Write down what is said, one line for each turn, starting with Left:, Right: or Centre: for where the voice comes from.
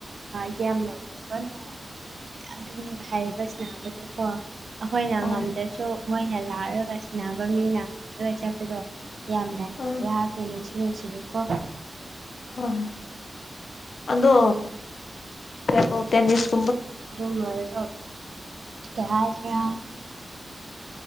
Right: ꯎ ꯌꯥꯝꯅ ꯏꯪꯕ ꯅꯨꯡꯉꯥꯏ ꯑꯗꯨꯝ ꯍꯥꯏꯌꯦꯕ ꯁꯅꯕꯗꯣꯀꯣ ꯑꯩꯈꯣꯏꯅ
Left: ꯍꯣꯏ
Right: ꯉꯝꯗ꯭ꯔꯁꯨ ꯃꯣꯏꯅ ꯂꯥꯛꯂꯒ ꯁꯅꯕ ꯃꯤꯅ ꯉꯝꯔꯒ ꯆꯠꯄꯗꯣ ꯌꯥꯝꯅ ꯐꯖꯩ
Left: ꯑꯥ
Right: ꯍꯥꯏꯗꯤ ꯅꯨꯡꯁꯤ ꯅꯨꯡꯁꯤꯕꯤꯀꯣ
Left: ꯍꯣꯏ ꯑꯗꯣ ꯀꯣ ꯇꯦꯅꯤꯁ
Right: ꯑꯗꯨ ꯃꯔ ꯀꯌꯥꯥꯏꯁ